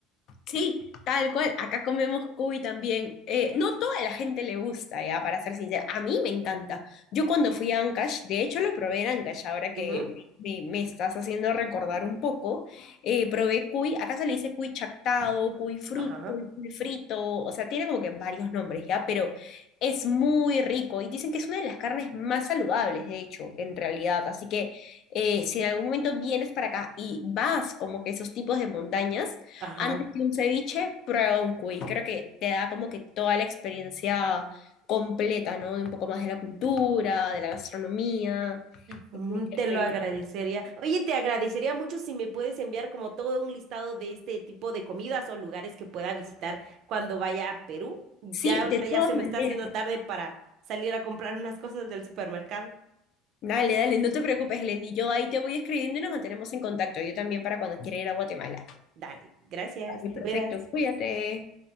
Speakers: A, on the left; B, on the right.
A: Sí, tal cual. Acá comemos cuy también. Eh, no toda la gente le gusta, ya, para ser sincera. A mí me encanta. Yo cuando fui a Ancash, de hecho lo probé en Ancash, ahora
B: Ujú.
A: que me, me estás haciendo recordar un poco, eh, probé cuy, acá se le dice cuy chactado, cuy, frut,
B: Ajá,
A: cuy, cuy frito, o sea, tiene como que varios nombres, ya, pero es muy rico y dicen que es una de las carnes más saludables, de hecho, en realidad. Así que eh, si en algún momento vienes para acá y vas como que esos tipos de montañas,
B: ajá.
A: antes que un ceviche, prueba un cuy. Creo que te da como que toda la experiencia completa, ¿no? De un poco más de la cultura, de la gastronomía,
B: Mm,
A: definitivamente.
B: te lo agradecería. Oye, te agradecería mucho si me puedes enviar como todo un listado de este tipo de comidas o lugares que pueda visitar cuando vaya a Perú. Ya
A: Sí,
B: ahorita
A: de
B: ya
A: todas
B: se me
A: maneras.
B: está haciendo tarde para salir a comprar unas cosas del supermercado.
A: Dale, dale, no te preocupes, Helen. Y yo ahí te voy escribiendo y nos mantenemos en contacto. Yo también para cuando quiera ir a Guatemala.
B: Dale, gracias,
A: Vale,
B: te
A: perfecto.
B: cuidas.
A: Cuídate.